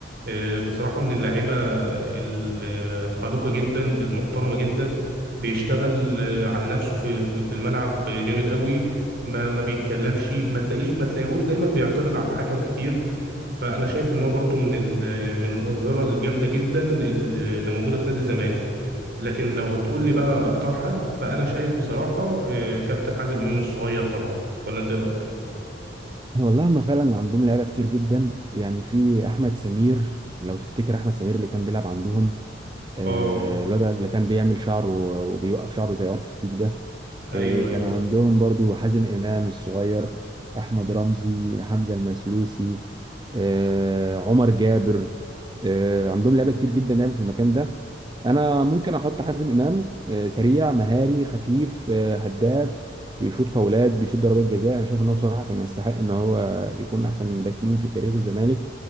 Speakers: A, on the right; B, on the right.
A: آه، بصراحه من اللعيبه الخلوقة جدا المحترمة جدا بيشتغل آه، على نفسه في في في الملعب جامد قوي ما ما بيتكلمش ما تلاقيش ما تلاقيهوش دايما بيعترض على الحكم كتير فانا شايف ان هو برضو من ال- من الاظهرة الجامدة جدا اللي موجودة في نادي الزمالك لكن لو هتقول لي بقى اختار حد فانا شايف بصراحة آه، كابتن حازم امام الصغير طبعا ولا انت ايه رأيك
B: والله هم فعلا عندهم لعيبة كتير جدا يعني في احمد سمير لو تفتكر احمد سمير اللي كان بيلعب عندهم آه،
A: اه
B: الواد اللي كان بيعمل شعره وبيوقف شعره زي عرف الديك ده
A: ايوه
B: إيه،
A: ايوه
B: كان عندهم برضو حازم إمام الصغير أحمد رمزي حمزة المسلوسي آه، عمر جابر آه، عندهم لعيبة كتير جدا لعبوا في المكان ده أنا ممكن أحط حازم إمام آه، سريع مهاري خفيف آه، هداف بيشوط فاولات بيشوط ضربات جزاء أنا شايف إن هو بصراحة كان يستحق إن هو يكون أحسن باك يمين في تاريخ الزمالك